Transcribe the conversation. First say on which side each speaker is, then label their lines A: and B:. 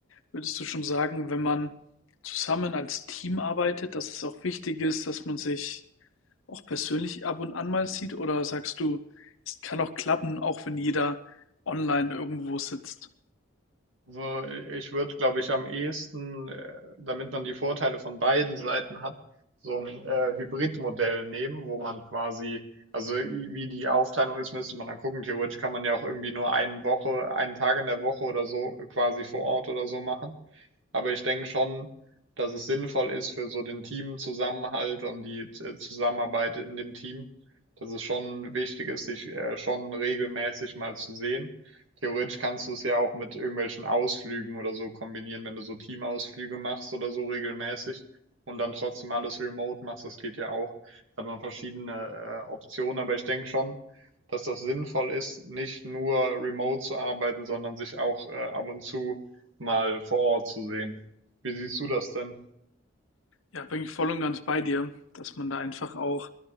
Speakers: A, on the left; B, on the right.
A: würdest du schon sagen, wenn man zusammen als Team arbeitet, dass es auch wichtig ist, dass man sich auch persönlich ab und an mal sieht? Oder sagst du, es kann auch klappen, auch wenn jeder online irgendwo sitzt?
B: Also äh, ich würde, glaube ich, am ehesten, äh, damit man die Vorteile von beiden Seiten hat, so ein äh, Hybridmodell nehmen, wo man quasi, also i- wie die Aufteilung ist, müsste man dann gucken. Theoretisch kann man ja auch irgendwie nur eine Woche, einen Tag in der Woche oder so quasi vor Ort oder so machen. Aber ich denke schon, dass es sinnvoll ist für so den Teamzusammenhalt und die äh, Zusammenarbeit in dem Team, dass es schon wichtig ist, sich äh, schon regelmäßig mal zu sehen. Theoretisch kannst du es ja auch mit irgendwelchen Ausflügen oder so kombinieren, wenn du so Teamausflüge machst oder so regelmäßig und dann trotzdem alles remote machst, das geht ja auch. Da hat man verschiedene äh, Optionen, aber ich denke schon, dass das sinnvoll ist, nicht nur remote zu arbeiten, sondern sich auch äh, ab und zu mal vor Ort zu sehen. Wie siehst du das denn?
A: Ja, bin ich voll und ganz bei dir, dass man da einfach auch